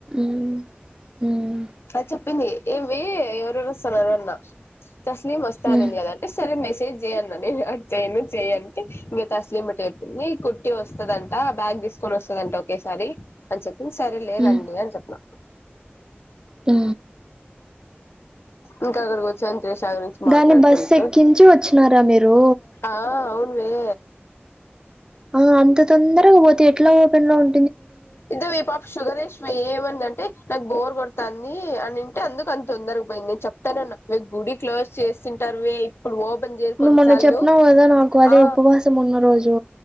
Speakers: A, on the right; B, on the left.
A: మ్ మ్
B: అది చెప్పింది ఏమివే ఎవరెవరు వస్తున్నారు అన్న తస్లీం వస్తా అనింది
A: మ్
B: కదా సరే మెసేజ్ చేయి అన్న అటు చేయను చేయి అంటె ఇంగ తస్లీము మిట చెప్పింది వస్తదంటా బ్యాగ్ తీసుకొని వస్తదంట ఒకేసారి అని చెప్పింది సరేలే
A: మ్
B: రండి అని చెప్పిన
A: ఆ
B: ఇంకా అక్కడికి వచ్చి అంతరేష గురించి మాట్లాడుకుంటూ
A: దాని బస్సు ఎక్కించి వచ్చినారా మీరు
B: ఆ అవునువే
A: ఆ అంత తొందరగా పోతే ఎట్లా ఓపెన్లో ఉం
B: ఇదివి పాప షుగర్ ఏష ఏమంది అంటే నాకు బోర్ కొడుతంది అనింటే అందుకు అంత తొందరగాపోయింది చె తను మీ గుడి క్లోజ్ చేస్తుంటారువే ఇప్పుడు ఓపెన్ చేయరు
A: నువ్వు
B: కొన్నిసార్లు
A: మొన్న చెప్పినావు కదా నాకు అదే
B: ఆ
A: ఉపవాసం ఉన్న రోజు